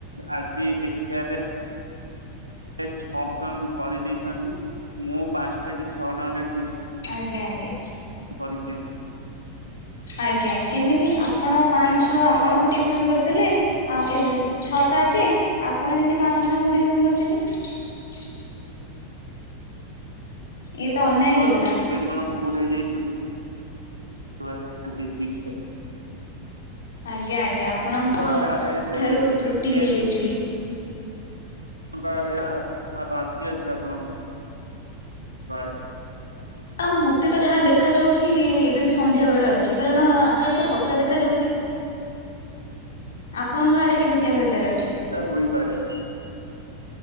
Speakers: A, on the right; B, on the left.
A: ଆଜି ଦେଖିବାରେ ସେ ଛଅ ଟିଉସନ୍ କରିଦେଇଛନ୍ତି ମୁଁ ପାଞ୍ଚଟା କି ଛଅଟା ଖଣ୍ଡେ
B: ଆଜ୍ଞା ଆଜ୍ଞା।
A: କରିଛି
B: ଆଜ୍ଞା କେମିତି ଆପଣ
A: ଆଜ୍ଞା
B: ପାଞ୍ଚ ଛଅ ଆପଣଙ୍କୁ
A: ହଁ।
B: ଟିଉସନ କରିଦେଲେ ଆଉ ଏ ଛଅ ସାତ ଆପଣ ଯେମିତି ପାଞ୍ଚ ଛଅଙ୍କୁ ଟିଉସନ କରୁଛନ୍ତି। ଇଏ ତ ଅନ୍ୟାୟ
A: ମୋ
B: ହେଇଗଲା।
A: ଆଡୁ ଟିକେ ଟ କଣ ଭୁଲ ହେଇଯାଇଥିବ ହଁ ଆଜ୍ଞା ଠିକ୍ ସେ
B: ଆଜ୍ଞା ଆଜ୍ଞା ଆପଣଙ୍କ
A: ଆଡେ ଆଡେ ଏବେ
B: ଠାରୁ
A: ଟିକେ
B: ତ୍ରୁଟି ହେଇଯାଇଛି।
A: ଆଡ଼େ ରାତି ଅଛି ଆପଣ ଭଡ
B: ଆଉ ମତେ ତ ଯାହା ଦେଖ ଯାଉଛି ଏବେ ବି ସନ୍ଧ୍ୟା ବେଳେ ଅଛି କାରଣ ଆକାଶ ତ ଫର୍ଚା ଦେଖାଯାଉଛି। ଆପଣଙ୍କ ଆଡ଼େ କେମିତିଆ ବଧାର ଅଛି?
A: ଚା ହୋଇବାରେ।